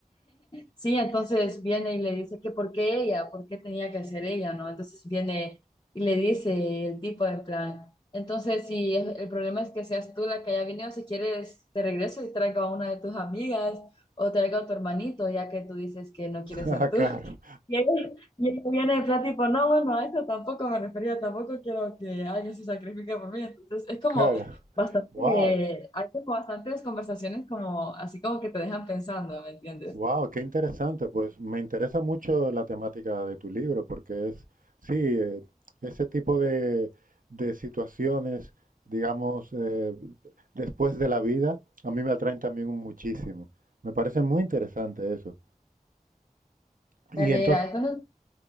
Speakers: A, on the left (about 30°); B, on the right (about 70°).
A: Sí, entonces viene y le dice que por qué ella, por qué tenía que ser ella, ¿no? Entonces viene y le dice el tipo en plan, entonces si es- el problema es que seas tú la que haya venido, si quieres te regreso y traigo a una de tus amigas o traigo a tu hermanito, ya que tú dices que no quieres
B: Ah,
A: ser
B: Claro.
A: tú. <laughs> Y ella, y ella viene en plan tipo, no, bueno, a eso tampoco me refería, tampoco quiero que alguien se sacrifique por mí. Entonces es como
B: Claro.
A: bastante,
B: Wow,
A: hay como bastantes conversaciones como así como que te dejan pensando, ¿me entiendes?
B: wow, qué interesante. Pues me interesa mucho la temática de tu libro, porque es, sí, eh, ese tipo de, de situaciones, digamos, eh, después de la vida, a mí me atraen también muchísimo. Me parece muy interesante eso. Y
A: Me alegra.
B: entonces,
A: Entonces,